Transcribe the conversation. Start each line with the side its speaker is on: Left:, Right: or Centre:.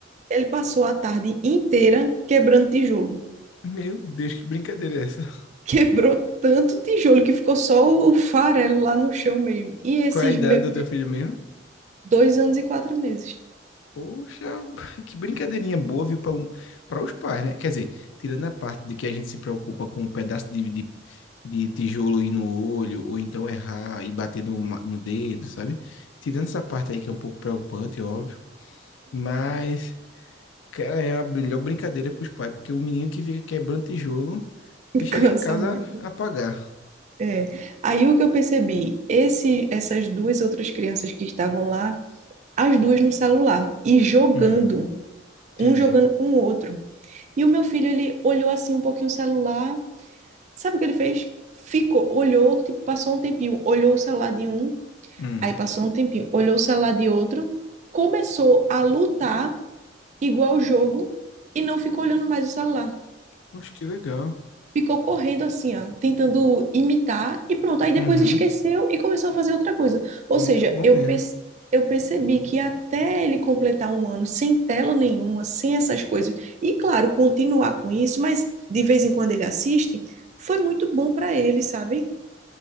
Right: ele passou a tarde inteira quebrando tijolo.
Left: meu Deus, que brincadeira é essa?
Right: <laughs> Quebrou tanto tijolo que ficou só o farelo lá no chão mesmo. E esses
Left: Qual é a idade
Right: meus
Left: do teu filho mesmo?
Right: dois anos e quatro meses.
Left: Poxa, <laughs> que brincadeirinha boa, viu, para um, para os pais, né? Quer dizer, tirando a parte de que a gente se preocupa com um pedaço de, de, de tijolo aí no olho, ou então errar e bater no, ma- no dedo, sabe? Tirando essa parte aí que é um pouco preocupante, é óbvio. Mas, cara, é a melhor brincadeira para os pais, porque o menino que fica quebrando tijolo
Right: <laughs>
Left: vai chegar
Right: Cansa
Left: em casa
Right: muito.
Left: apagar.
Right: É. Aí o que eu percebi, esse, essas duas outras crianças que estavam lá, as duas no celular e jogando,
Left: Hum, entendi.
Right: um jogando com o outro. E o meu filho, ele olhou assim um pouquinho o celular, sabe o que ele fez? Ficou, olhou, tipo, passou um tempinho, olhou o celular de um,
Left: Hum,
Right: aí passou um tempinho, olhou o celular de outro, começou a lutar igual o jogo e não ficou olhando mais o celular.
Left: acho que legal.
Right: ficou correndo assim, ó, tentando imitar e pronto. Aí depois
Left: Uhum,
Right: esqueceu e começou a fazer outra coisa. Ou
Left: muito
Right: seja,
Left: bom
Right: eu,
Left: mesmo.
Right: pe- eu percebi que até ele completar um ano sem tela nenhuma, sem essas coisas, e claro, continuar com isso, mas de vez em quando ele assiste, foi muito bom para ele, sabe?